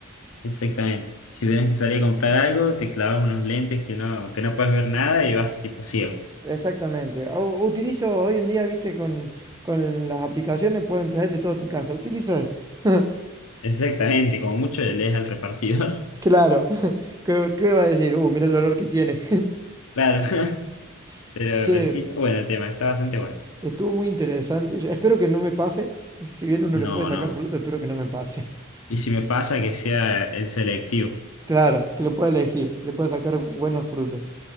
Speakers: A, on the left; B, on the right.
A: Exactamente. Si tenés que salir a comprar algo, te clavas unos lentes que no, que no puedes ver nada y vas tipo ciego.
B: Exactamente. U- utilizo hoy en día, viste, con, con las aplicaciones pueden traerte todo a tu casa. Utilizo eso. <laughs>
A: Exactamente, como mucho le lees al repartidor. <laughs>
B: Claro. <laughs> ¿Qué, qué va a decir? Uh, mira el olor que tiene.
A: Claro, <laughs>
B: <laughs>
A: pero,
B: Che,
A: pero sí está bueno el tema, está bastante bueno.
B: estuvo muy interesante. Yo espero que no me pase. Si bien uno
A: No,
B: le puede sacar
A: no.
B: fruto, espero que no me pase. <laughs>
A: Y si me pasa que sea el selectivo.
B: Claro, que lo pueda elegir. Le pueda sacar buenos frutos.